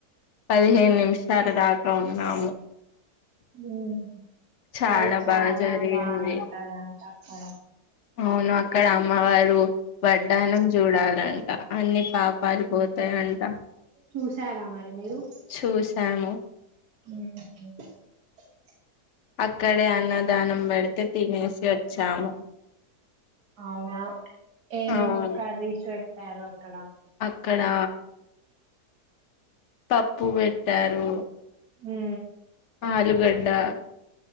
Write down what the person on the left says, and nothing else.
పదిహేను నిమిషాల దాకా ఉన్నాము
చాలా
బాగా జరిగింది
అవును అక్కడ అమ్మవారు వడ్డానం చూడాలంట అన్ని పా పాపాలు పోతాయంట
చూసాము.
అక్కడే అన్నదానం పెడితే తినేసి వచ్చాము.
అవును
అక్కడా పప్పు పెట్టారు.
ఆలుగడ్డా,